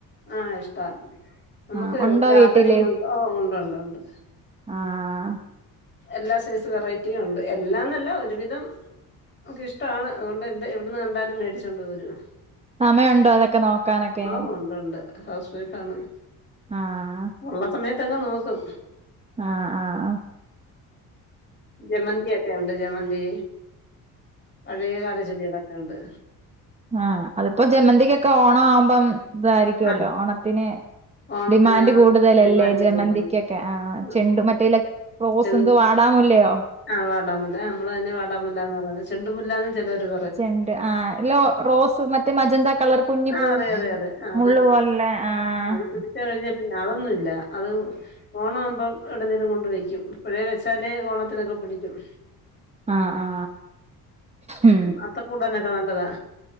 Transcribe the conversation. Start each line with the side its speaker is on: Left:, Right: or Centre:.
Left: ആഹ ഇഷ്ടാണ്. നമുക്ക്
Right: ആഹ് ഉണ്ടോ
Left: ഗാർഡനിങ്
Right: വീട്ടില്
Left: ഓ ഉണ്ട് ഉണ്ട് ഉണ്ട്.
Right: ആഹ്
Left: എല്ലാ സൈസ് വെറൈറ്റിയും ഉണ്ട് എല്ലാന്നല്ല ഒരുവിധം. നമുക്ക് ഇഷ്ടമാണ് അതുകൊണ്ട് എന്താ എവിടന്ന് കണ്ടാലും മേടിച്ചോണ്ട് പോരും
Right: സമയമുണ്ടോ അതൊക്കെ നോക്കാനൊക്കെ
Left: ആഹ ഉണ്ട് ഉണ്ട് ഹൗസ് വൈഫ് ആണ്.
Right: ആഹ
Left: ഉള്ള സമയത്തൊക്കെ നോക്കും.
Right: ആഹ ആഹ് ആ.
Left: ജമന്തി ഒക്കെ ഉണ്ട് ജമന്തി പഴയ കാല ചെടികളൊക്കെ ഉണ്ട്.
Right: ആഹ അതിപ്പോ ജമന്തിക്കൊക്കെ ഓണം ആവുമ്പം ഇതായിരിക്കുവല്ലോ
Left: ആ
Right: ഓണത്തിന്.
Left: ഓണത്തിനാണ്
Right: ഡിമാൻഡ് കൂടുതലല്ലേ
Left: ഡിമാൻഡ്
Right: ജമന്തിക്കൊക്കെ
Left: കൂടുതൽ
Right: ആ
Left: ഉം.
Right: ചെണ്ടും മറ്റേല റോസ്
Left: ചെണ്ട്
Right: എന്ത് വാടാമുല്ലയോ?
Left: ആ വാടാമുല്ല നമ്മളതിന് വാടാമുല്ലാന്നാണ് പറയ്ണത് ചെണ്ടുമുല്ലാന്നും ചിലോരു
Right: ചണ്ട് ആ ല്ലോ റോസ് മറ്റേ മജന്ത കളർ കുഞ്ഞി
Left: ആ
Right: പൂ.
Left: അറിയാം അറിയാം അറിയാം ആ, അത്
Right: മുള്ള് പോലുള്ള ആഹ്
Left: അത് പിടിച്ച കഴിഞ്ഞ പിന്നെ അതൊന്നുംല്ല അത് ഓണം ആവുമ്പോ. ഇടുന്നേരം കൊണ്ട് വെക്കും പോഴേ വെച്ചാല് ഓണത്തിനൊക്കെ പിടിക്കും.
Right: ആ ആ ഉ
Left: ഉം അത്തക്കൂടാനൊക്കെ നല്ലതാ